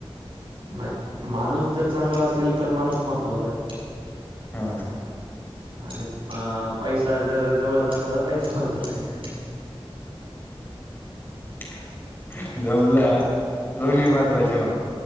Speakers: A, on the right; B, on the left.
A: नाही माणूस जर चांगला असेल तर माणूस महत्त्वाचा आहे.
B: हा
A: <inaudible> आणि अ पैसा जर जवळचा असला <inaudible> तर पैसा महत्त्वाचा आहे.
B: <inaudible> जमला दोन्ही महत्वाचे मला